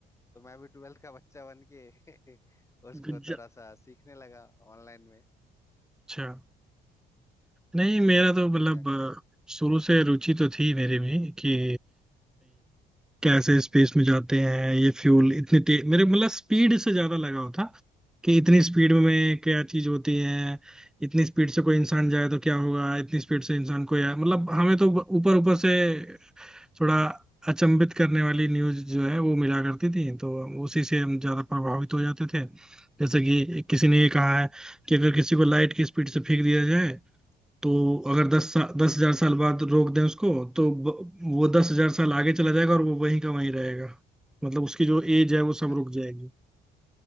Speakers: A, on the left (about 15°); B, in the centre.
A: तो मैं भी ट्वेल्थ का बच्चा बन के <laughs> उसको
B: गुज्जा-
A: थोड़ा सा सीखने लगा ऑनलाइन में
B: अच्छा नहीं मेरा तो मतलब
A: और क्या कर सकते
B: अ, शुरू से रुचि तो थी मेरी भी कि कैसे स्पेस में जाते हैं ये फ्यूल इतनी तेज मेरे मतलब स्पीड से ज्यादा लगाव था कि इतनी स्पीड में क्या चीज होती है इतनी स्पीड से कोई इंसान जाए तो क्या होगा इतनी स्पीड से इंसान कोई आए मतलब हमें तो ऊपर ऊपर से थोड़ा अचंभित करने वाली न्यूज जो है वो मिला करती थी तो उसी से हम ज्यादा प्रभावित हो जाते थे जैसे कि किसी ने ये कहा है कि अगर किसी को लाइट की स्पीड से फेंक दिया जाए तो अगर दस सा, दस हजार साल बाद रोक दें उसको तो ब- वो दस हजार साल आगे चला जाएगा और वो वहीं का वहीं रहेगा मतलब उसकी जो एज है वो सब
A: हैं
B: रुक जाएगी